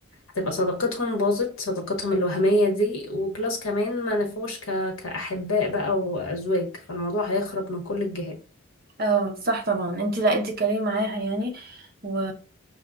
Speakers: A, on the left; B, on the right.
A: هتبقى صداقتهم باظت صداقتهم الوهمية دي وبلس كمان ما نفوش ك... كأحباء بقى وأزواج فالموضوع هيخرب من كل الجهات
B: اه صح طبعا انت لا انت اتكلمي معاها يعني و...